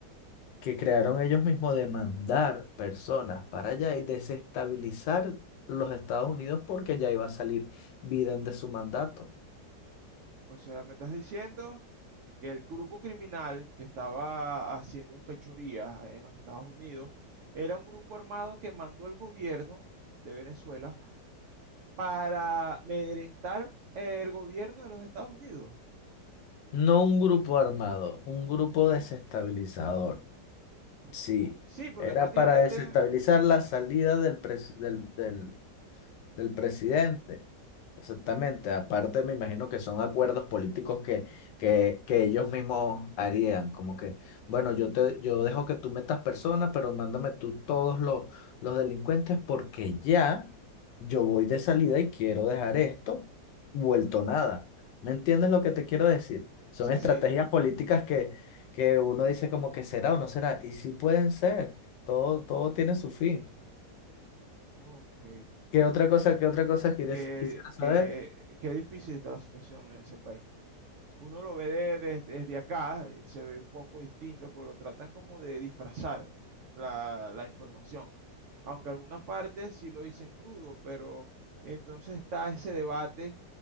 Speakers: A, on the left; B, on the right.
A: que crearon ellos mismos de mandar personas para allá y desestabilizar los Estados Unidos porque ya iba a salir Biden de su mandato.
B: O sea, me estás diciendo que el grupo criminal que estaba haciendo fechorías en los Estados Unidos era un grupo armado que mandó el gobierno de Venezuela para amedrentar el gobierno de los Estados Unidos.
A: No un grupo armado, un grupo desestabilizador.
B: O-
A: Sí,
B: o- sí, porque
A: era
B: prácticamente,
A: para desestabilizar la salida del, pres- del, del del presidente. Exactamente. Aparte, me imagino que son acuerdos políticos que, que, que ellos mismos harían. Como que, bueno, yo te, yo dejo que tú metas personas, pero mándame tú todos los, los delincuentes porque ya yo voy de salida y quiero dejar esto vuelto nada. ¿Me entiendes lo que te quiero decir? Son
B: sí,
A: estrategias
B: sí.
A: políticas que, que uno dice como que será o no será. Y sí pueden ser. Todo, todo tiene su fin.
B: Ok.
A: ¿Qué otra cosa, qué otra cosa quieres,
B: Qué,
A: quisiera saber?
B: qué, qué difícil está la situación en ese país. Uno lo ve de- de- desde acá, y se ve un poco distinto, pero lo tratan como de disfrazar la, la información. Aunque algunas partes sí lo dicen crudo, pero entonces está ese debate